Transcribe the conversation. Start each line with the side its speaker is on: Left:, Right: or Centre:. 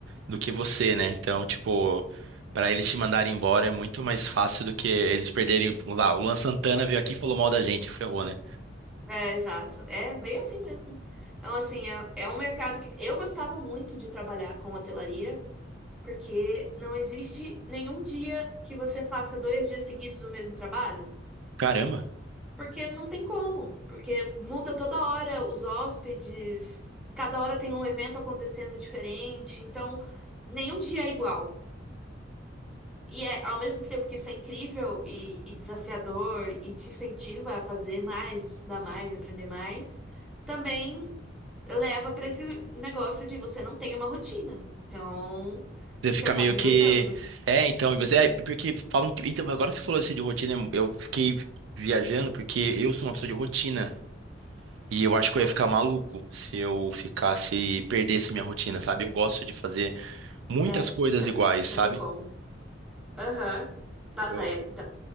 Right: do que você, né? Então, tipo, pra eles te mandarem embora é muito mais fácil do que eles perderem. Vamos Lá, o Luan Santana veio aqui e falou mal da gente, ferrou, né?
Centre: É, exato. É bem assim mesmo. Então, assim, é, é um mercado que eu gostava muito de trabalhar com hotelaria, porque não existe nenhum dia que você faça dois dias seguidos o mesmo trabalho,
Right: Caramba.
Centre: porque não tem como, porque muda toda hora os hóspedes, cada hora tem um evento acontecendo diferente, então nenhum dia é igual. E é, ao mesmo tempo que isso é incrível e, e desafiador e te incentiva a fazer mais, estudar mais, aprender mais, também leva para esse negócio de você não tem uma rotina. Então,
Right: Você
Centre: você
Right: fica
Centre: acaba
Right: meio
Centre: endoidando.
Right: que. É, então, e você. É, porque falam que. Então, agora que você falou assim de rotina, eu fiquei viajando porque eu sou uma pessoa de rotina. E eu
Centre: Então,
Right: acho que eu ia ficar maluco se eu ficasse, perdesse minha rotina, sabe? Eu gosto de fazer muitas
Centre: é, fica,
Right: coisas iguais,
Centre: não
Right: sabe?
Centre: tem como. Aham. Nossa,
Right: Eu...
Centre: é, então,